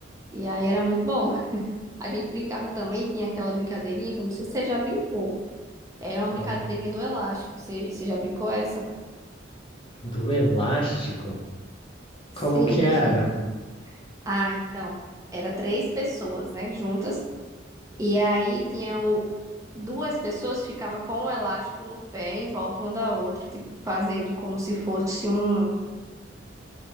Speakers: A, on the right; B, on the left.
A: E aí era muito bom. A gente brincava também, tinha aquela brincadeirinha que eu não sei se você já brincou. Era uma
B: Qual-
A: brincadeirinha do elástico. Você, você já brincou essa?
B: Do elástico?
A: Sim.
B: Como que
A: <laughs>
B: era?
A: Ah, então. Era três pessoas, né, juntas. E aí tinha o... duas pessoas ficava com o elástico no pé em volta uma da outra, tipo, fazendo como se fosse um,